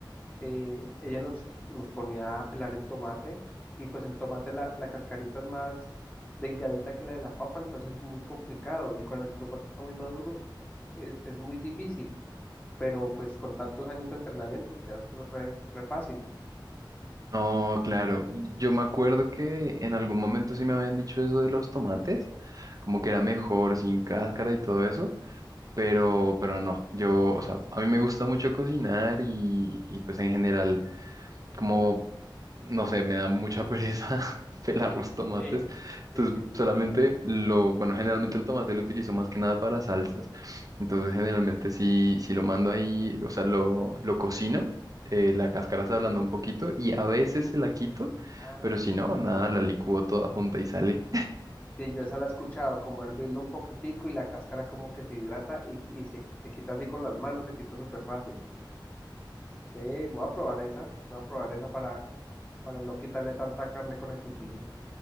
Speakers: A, on the left; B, on the right.
A: eh, ella nos, nos ponía a pelar el tomate y pues el tomate, la, la cascarita es más delgadita que la de la papa, entonces es muy complicado y cuando el tomate está muy maduro es, es muy difícil pero pues con tantos años de entrenamiento, ya es re, re fácil.
B: No, claro. Yo me acuerdo que en algún momento sí me habían dicho eso de los tomates, como que era mejor sin cáscara y todo eso. Pero, pero no, yo, o sea, a mí me gusta mucho cocinar y, y pues en general como no sé, me da mucha pereza <laughs> pelar los tomates.
A: Sí.
B: Entonces,
A: Sí, sí, sí,
B: solamente
A: sí.
B: lo, bueno, generalmente el tomate lo utilizo más que nada para salsas. Entonces, generalmente si, si lo mando ahí, o sea, lo, lo cocino, eh, la cáscara se ablanda un poquito y a veces se la quito,
A: Ah,
B: pero si no, nada,
A: sí,
B: la
A: sí,
B: licúo
A: sí,
B: toda
A: sí, sí.
B: junta y sale.
A: Sí, yo esa la he escuchado, como hervirlo un poquitico y la cáscara como que se hidrata y, y se, se quita así con las manos, se quita súper fácil. Ve, voy a probar esa, voy a probar esa para, para no quitarle tanta carne con el cuchillo.